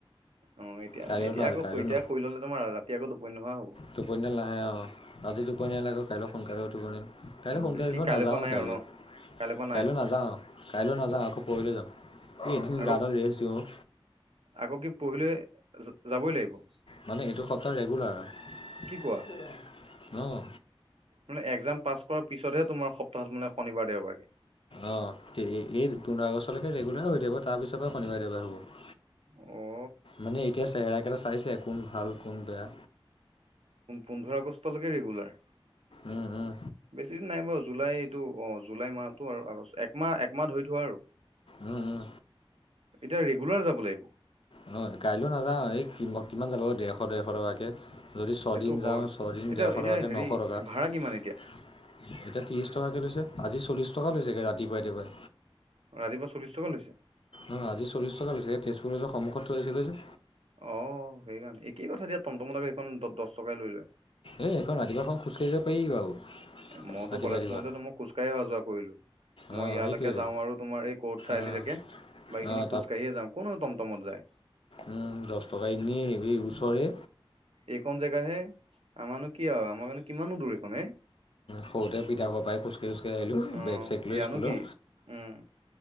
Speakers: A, on the right; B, on the left.
A: অ' এতিয়া
B: কাইলৈ
A: এতিয়া
B: ন
A: আকৌ
B: কাইলৈ
A: এতিয়া
B: ন
A: শুই ল'লে তোমাৰ ৰাতি আকৌ টো। পনি নোহোৱা হ'ব
B: টোপনীয়া নাহে অ', ৰাতি টোপনী নাহিলে আকৌ কাইলৈ সোনকালে ওঠিব নোৱাৰিম। কাইলৈ
A: উম
B: সোনকাল
A: কি
B: উঠিব
A: কাইলৈৰ
B: নাযাওঁ,
A: পৰা নাই
B: কাইলৈ
A: আৰু ন কাইলৈৰ পৰা নাই
B: কাইলৈ নাযাওঁ। কাইলৈ নাযাওঁ, আকৌ পৰহিলৈ যাম। এই এদিন
A: আকৌ
B: গা ডাল ৰেষ্ট দিওঁ অ'।
A: আকৌ কি পৰহিলৈ যাবই লাগিব।
B: মানে এইটো সপ্তাহ ৰেগুলাৰ
A: কি কোৱা
B: অ'।
A: মানে এক্সাম পাছ কৰাৰ পিছতহে তোমাৰ সপ্তাহত মানে শনিবাৰ দেওবাৰে
B: অ', এই পোন্ধৰ আগষ্টলৈকে ৰেগুলাৰ হৈ থাকিব, তাৰপিছৰ পৰা শনিবাৰে দেওবাৰ হ'ব।
A: অ'।
B: মানে এতিয়া চেহেৰাকেইটা চাইছে কোন ভাল কোন বেয়া।
A: পোন্ধৰ আগষ্টলৈকে ৰেগুলাৰ
B: উম-উম
A: বেছি দিন নাই বাৰু জুলাই এইটো অ জুলাই মাহতটো আৰু আগষ্ট একমাহ একমাহ ধৰি থোৱা আৰু
B: উম-উম
A: এতিয়া ৰেগুলাৰ যাব লাগিব।
B: নহয় কাইলৈও নাযাওঁ এই কি কিমান যাব ডেৰশ ডেৰশ টকাকৈ যদি ছয়দিন
A: সেইটো হয়
B: যাওঁ ছদিন
A: এতিয়া
B: ডেৰশ
A: এতিয়া
B: টকাকৈ
A: হেৰি
B: নশ টকা
A: ভাড়া
B: এতিয়া
A: কিমান
B: ত্ৰিছ টকাকৈ লৈছে আজি চল্লিছ টকা লৈছেগৈ ৰাতিপুৱাইতিৱাই
A: ৰাতিপা চলিশ টকা লৈছে।
B: অ', আজি চল্লি টকা লৈছে এই তেজপুৰৰজৰ সন্মুখত থৈছেগৈ যে,
A: অ', সেইকাৰণে একেই কথা দিয়া টনন্ত মলাকে এইেইখন দ দহ টকাই লৈ লয়।
B: এই <unintelligible> খন ৰাতিপুৱাখন খোজকাঢ়িব পাৰি বাৰু।
A: মইতো
B: ৰাতিপুৱা
A: কলেজ
B: ৰাতিপুৱা
A: পঢ়োতে তো মই খোজ কঢ়ি অহা যোৱা কৰিলো। মই
B: অঁ
A: ইয়ালৈকে
B: সেইটোৱেইটো
A: যাওঁ আৰু তোমাৰ এই কৰ্ট চাৰিআলৈকে
B: অঁ
A: বাকীখিনি
B: অঁ
A: খোজকাঢ়িয়ে যাওঁ। কোনো টমটমত যায়।
B: উম দহ টকা এ নিয়ে এই ওচৰে
A: এইখনন জেগাহে আমাৰো কি আৰু আমাৰ কাৰো কিমান দূৰ এইখন হ
B: সৰুতে পিঠা খপাই খোজকাঢ়ি খোজকাঢ় আহিলোঁ
A: অ
B: বেগ চেক লৈ
A: ইয়ানো
B: স্কুলত
A: কি উম